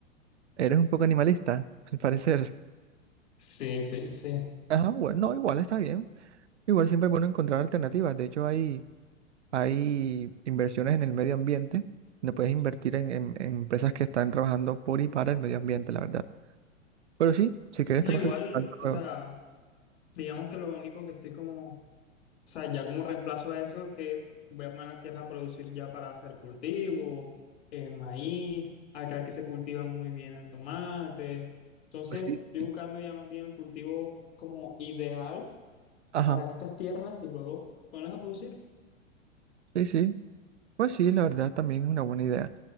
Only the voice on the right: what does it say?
Eres un poco animalista, <laughs> al parecer.
Ajá, bueno, no, igual está bien. Igual siempre es bueno encontrar alternativas. De hecho, hay, hay inversiones en el medio ambiente donde puedes invertir en, en- en empresas que están trabajando por y para el medio ambiente, la verdad. Pero sí, si quieres
te paso
el contacto
luego.
Pues sí,
sí.
Ajá.
Sí, sí, pues sí, la verdad también es una buena idea.